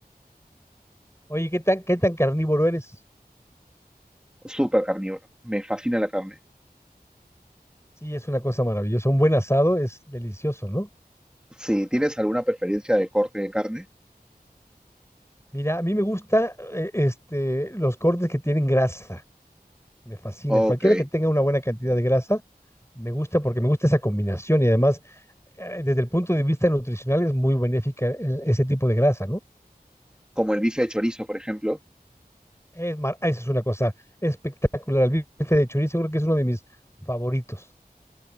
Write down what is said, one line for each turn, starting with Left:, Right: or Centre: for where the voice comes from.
Left: Oye, ¿qué tan, qué tan carnívoro eres?
Centre: Súper carnívoro. Me fascina la carne.
Left: Sí, es una cosa maravillosa. Un buen asado es delicioso, ¿no?
Centre: Si tienes alguna preferencia de corte de carne,
Left: Mira, a mí me gusta eh, este, los cortes que tienen grasa. Me fascinan.
Centre: ok.
Left: Cualquiera que tenga una buena cantidad de grasa, me gusta porque me gusta esa combinación y además, eh, desde el punto de vista nutricional, es muy benéfica el- ese tipo de grasa, ¿no?
Centre: Como el bife de chorizo, por ejemplo.
Left: Es mar- ah, esa es una cosa espectacular. El bife de chorizo creo que es uno de mis favoritos.